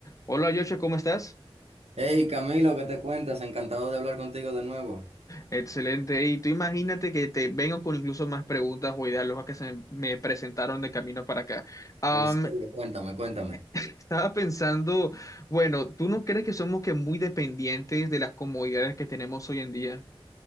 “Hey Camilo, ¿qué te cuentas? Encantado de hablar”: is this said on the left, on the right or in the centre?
Right